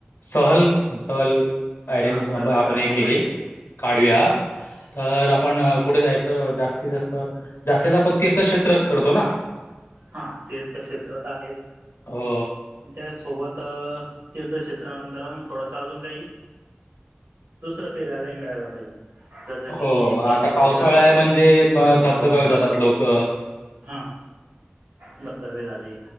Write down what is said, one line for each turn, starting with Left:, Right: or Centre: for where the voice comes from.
Left: सहल सहल. अरेंज
Right: हां सहल
Left: आपण
Right: काढायची
Left: केली.
Right: माहिती
Left: काढव तर आपण कुठे जायचं जास्तीत जास्त जास्ती आपण तीर्थक्षेत्र करतो ना.
Right: हा तीर्थक्षेत्रात आहेच.
Left: हो
Right: त्या सोबत तीर्थक्षेत्रानंतर अजून थोडस अजून काही दुसर फिरायला मिळायला पाहिजे. जसं की
Left: हो
Right: बीच
Left: आता
Right: वगैरे
Left: पावसाळा
Right: झालं
Left: आहे म्हणजे म
Right: हा
Left: धबधब्यावर
Right: डोंगर
Left: जातात
Right: वगैर
Left: लोक
Right: हा. धबधबे झाले.